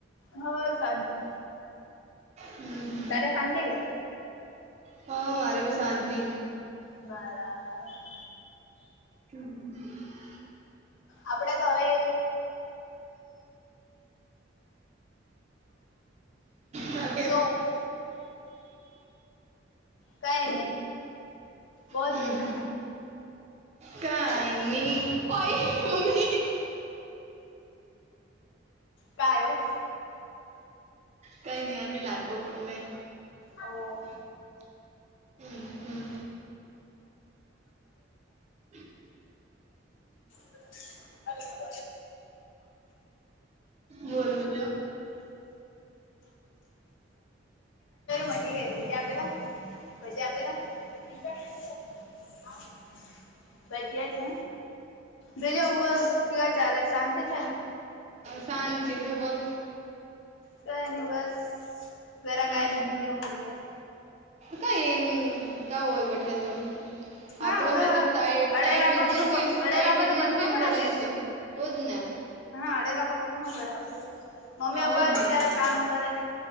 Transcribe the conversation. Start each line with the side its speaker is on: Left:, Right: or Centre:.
Left: હા શાંતિ
Right: હમ <inaudible>
Left: તને શાંતિ છે
Right: હ મારે ભી શાંતિ.
Left: બરાબર.
Right: હમ <unintelligible>
Left: આપડે તો હવે
Right: કા
Left: સો
Right: કે
Left: <unintelligible> કઈ નહી બોલ
Right: હમ
Left: બીજું
Right: હમ કઈ ન ભાઈ મમ્મી <unintelligible>
Left: ક્યો
Right: કઈ નહીયાર પી લાગો પણને <unintelligible>
Left: ઓ
Right: હમ <inaudible>
Left: લો એક હચોરી
Right: બોલ બીજું
Left: મટી ગઈ પીજ આપી તો <unintelligible> પછી આપે તોજા. <unintelligible> ભજીયા છે બીજો બોલ કેવા ચાલે શાંતિ છે ને.
Right: શાંતિ તું બોલ.
Left: કઈ નઈ બસ ગરા
Right: હમ
Left: ગાય છે તો દેવ મળ્યા.
Right: કઈ ર એમ ગાવ હોય બેઠે તો.
Left: હા
Right: આપડો
Left: ઓ તો
Right: મતલબ સા
Left: અડેલા
Right: સાઈ બને
Left: પર તો અડેલા
Right: સાઈ
Left: પર
Right: બિઝનેસ
Left: તો બટનો
Right: ભ ઇમ્પોર્ટન્ટ
Left: પડે કે
Right: છે એજ ને.
Left: હા અડેલાપ બટ ના પડે આપડે મમ્મી
Right: હા
Left: પપ્પા
Right: ઓજ ને
Left: બચાર કામ કરે ને.